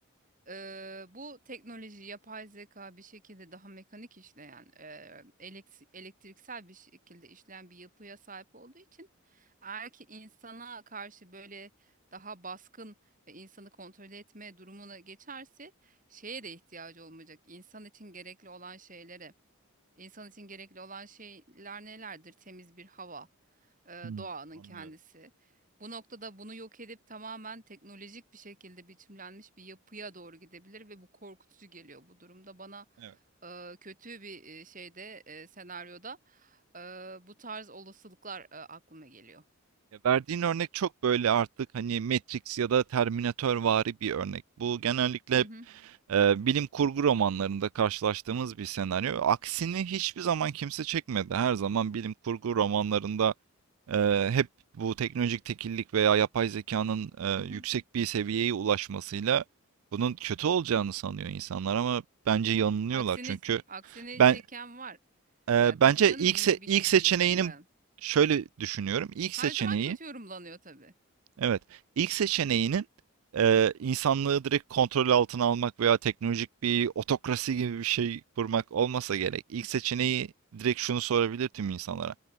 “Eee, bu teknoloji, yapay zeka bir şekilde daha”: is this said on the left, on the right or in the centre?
Right